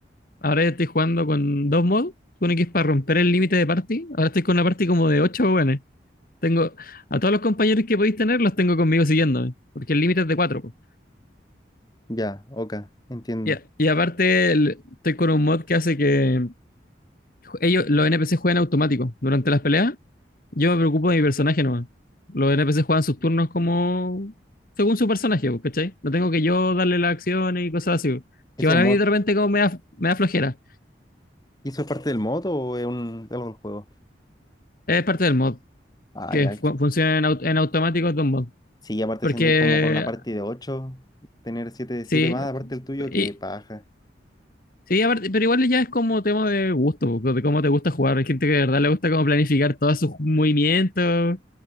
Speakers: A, on the left (about 50°); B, on the left (about 20°).
A: ahora estoy jugando con dos mods. Uno que es para romper el límite de party. Ahora estoy con una party como de ocho buenos. Tengo a todos los compañeros que podéis tener, los tengo conmigo siguiéndome, porque el límite es de cuatro. po.
B: Ya, ok, entiendo.
A: Y, a- y aparte, el- estoy con un mod que hace que ellos, los NPC juegan automático durante las peleas. Yo me preocupo de mi personaje nomás. Los NPC juegan sus turnos como según su personaje, po, ¿cachai? No tengo que yo darle las acciones y cosas así. po.
B: ¿Eso
A: Que van
B: es un
A: a
B: mod?
A: mí de repente como me da, me da flojera.
B: ¿Y eso es parte del mod o es un, algo del juego?
A: Es parte del mod.
B: Ah,
A: que
B: ya.
A: fu- funcionen en, au- en automático dos mods.
B: Sí, aparte
A: Porque
B: si andáis como con una party de 8, tener siete,
A: sí,
B: 7 más aparte del tuyo, que
A: y-
B: paja.
A: sí aparte- pero igual ya es como tema de gusto, de cómo te gusta jugar. Hay gente que de verdad le gusta como planificar todos sus movimientos